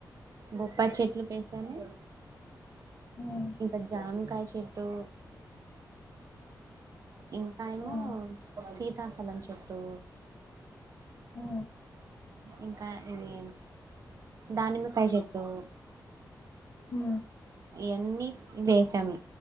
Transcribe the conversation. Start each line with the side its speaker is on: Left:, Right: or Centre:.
Right: బొప్పాయి చెట్లు వేసాను.
Left: ఉమ్,
Right: ఇంకా జామ్ కాయ చెట్టు ఇంకా ఏమో
Left: ఉమ్,
Right: సీతాఫలం చెట్టు
Left: అ
Right: ఇంకా ఇది దానిమ్మకాయ చెట్టు
Left: హ
Right: ఇవన్నీ వేసాము